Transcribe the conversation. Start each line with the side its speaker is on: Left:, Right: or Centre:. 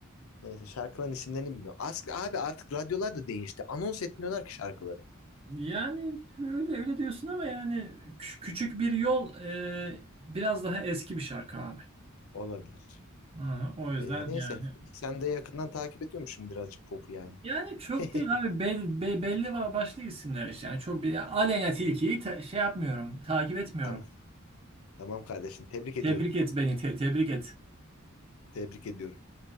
Left: Neyse şarkıların isimlerini bilmiyorum. As abi artık radyolar da değişti anons etmiyorlar ki şarkıları.
Right: Yani öyle öyle diyorsun ama yani kü- küçük bir yol e, biraz daha eski bir şarkı abi.
Left: Olabilir.
Right: Aha, o yüzden
Left: E, neyse
Right: yani
Left: sen de yakından takip ediyormuşsun birazcık popu yani.
Right: yani çok
Left: <laughs>
Right: değil abi belli, be, belli va- başlı isimler işte. Yani çok bir Aleyna Tilki'yi te- şey yapmıyorum, takip etmiyorum.
Left: Tamam, tamam kardeşim tebrik ediyorum.
Right: Tebrik et beni, te- tebrik et.
Left: Tebrik ediyorum.